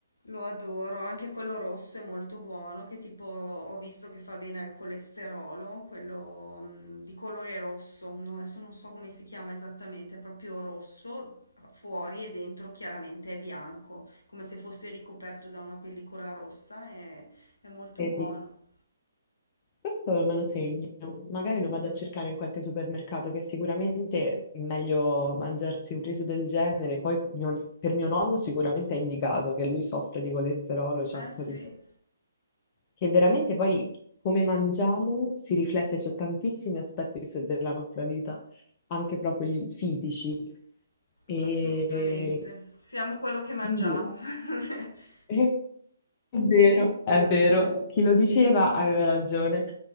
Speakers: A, on the left (about 70°); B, on the left (about 30°).
A: Lo adoro, anche quello rosso è molto buono, che tipo ho visto che fa bene al colesterolo, quello mm, di colore rosso, no, adesso non so come si chiama esattamente, è proprio rosso fuori e dentro chiaramente è bianco, come se fosse ricoperto da una pellicola rossa, è, è molto
B: Vedi,
A: buono.
B: questo me lo segno. Magari lo vado a cercare in qualche supermercato, che sicuramente è meglio mangiarsi un riso del genere. Poi mio- per mio nonno sicuramente è indicato che lui soffre di colesterolo, c'ha
A: Eh
B: un
A: sì,
B: po' di che veramente poi come mangiamo si riflette su tantissimi aspetti su- della nostra vita, anche proprio i fisici. E
A: assolutamente. Siamo quello che mangiamo.
B: quindi
A: <laughs>
B: <laughs> È vero, è vero, chi lo diceva aveva ragione.